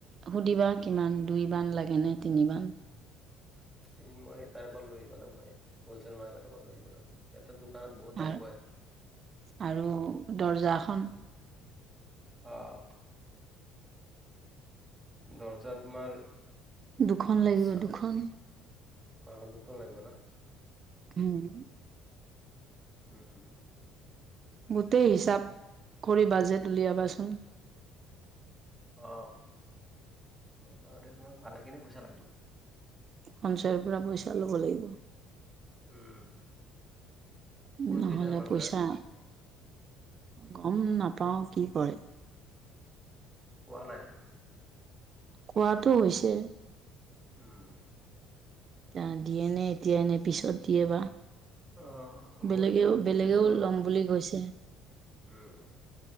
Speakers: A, on the right; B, on the right.
A: সুধিবা কিমান দুই বান লাগেনে তিনিবান
B: তি মই সেই তাৰে পৰা লৈ আহিব লাগিব স হলচল মাৰ্কেটৰ পৰা লৈ আহিব লাগিব দোকানত বহুত দাম
A: আৰু
B: কয়
A: আৰু দৰ্জাখন
B: আহ দৰ্জা তোমাৰ
A: দুখন লাগিব
B: চাওক
A: দুখন
B: আহ দুখন লাগিব না
A: হম
B: উম
A: গোটেই হিচাপ কৰি বাজেট উলিয়াবাচোন
B: অ মোটামোটি তোমাক ভালেখিনি পইচা লাগিব
A: সঞ্চায়ৰ পৰা পইচা লব লাগিব
B: উম কৈ
A: নহ'লে
B: থৈছা সঞ্চয়ত
A: পইচা গম নাপাও কি কৰে
B: কোৱানাই
A: কোৱাটো হৈছে
B: উম
A: এতিয়া দিয়ে নে এতিয়া এনে পিছত দিয়ে বা
B: অ
A: বেলেগেও
B: মই ইফালে কৈ
A: বেলেগেও
B: থৈছো অলপ
A: লম বুলি কৈছে
B: উম